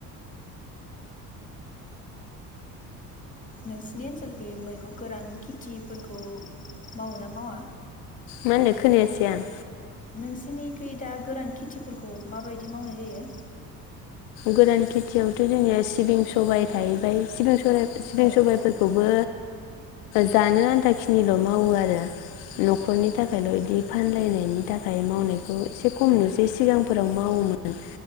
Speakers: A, on the left; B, on the left.
A: नोंसिनि ओनसोलखै मैगं गोरान खेथिफोरखौ मावो ना मावा?
B: मा होनदों खोनायासै आं
A: नोंसिनिखै दा गोरान खेथिफोरखौ माबायदि मावनाय जायो?
B: गोरान खेथियावथ' जोंनिया सिबिं सबाइ थाहैबाय सिबिं स सिबिं
A: औ
B: सबाइफोरखौबो जानो आन्थाखिनिल' मावो आरो न'खरनि थाखायल'
A: उम
B: बिदि फानलायनाय बेनि थाखाय मावनायखौ एसे खमनोसै सिगांफोराव मावोमोन।